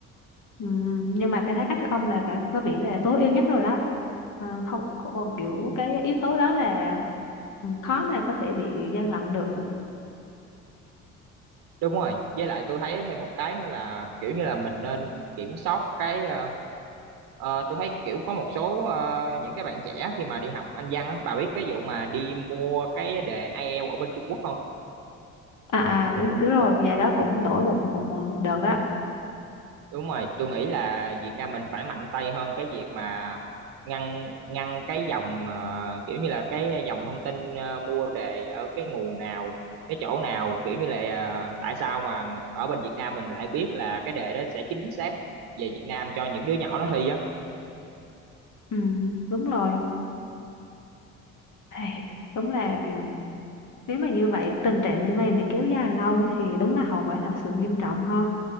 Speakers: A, on the left; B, on the right.
A: Ừ, nhưng mà cái thái cách của ông là phải có vẻ là tối ưu nhất rồi đó Ờ, không còn kiểu cái yếu tố đó là ừ, khó mà có thể bị gian lận được
B: đúng rồi với lại tôi thấy thêm một cái nữa là kiểu như là mình nên kiểm soát cái ờ, ờ, tôi thấy kiểu có một số ờ, những cái bạn trẻ khi mà đi học Anh văn á bà biết cái vụ mà đi mua cái đề IELTS ở bên Trung Quốc không
A: à, à đúng, đúng rồi và đó cũng nổi một một một một đợt đó
B: Đúng rồi, tôi nghĩ là Việt Nam mình phải mạnh tay hơn cái việc mà ngăn ngăn cái dòng ờ, kiểu như là cái dòng thông tin ờ, mua đề ở cái nguồn nào, cái chỗ nào, kiểu như là ờ, tại sao mà ở bên Việt Nam mình lại biết là cái đề đó sẽ chính xác về Việt Nam cho những đứa nhỏ nó thi á.
A: ừ, đúng rồi Ai, đúng là kiểu nếu mà như vậy tình trạng như vậy mà kéo dài lâu thì đúng là hậu quả thật sự nghiêm trọng ha